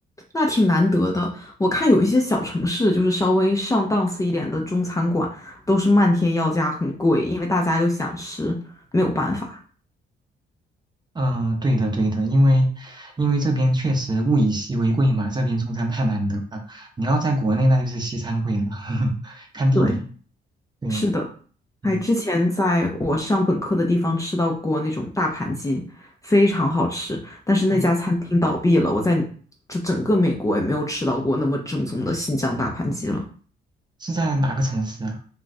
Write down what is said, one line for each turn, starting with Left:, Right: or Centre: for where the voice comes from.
Left: 那挺难得的。我看有一些小城市，就是稍微上档次一点的中餐馆，都是漫天要价，很贵，因为大家又想吃，没有办法。
Right: 嗯，对的对的，因为因为这边确实物以稀为贵嘛，这边中餐太难得了，你要在国内那就是西餐贵了，<laughs> 看地理。
Left: 对，
Right: 对，
Left: 是的。哎，
Right: 嗯，
Left: 之前在我上本科的地方吃到过那种大盘鸡，非常好吃。但是那家餐厅倒闭了，
Right: 哦，
Left: 我在就整个美国也没有吃到过那么正宗的新疆大盘鸡了。
Right: 是在哪个城市啊？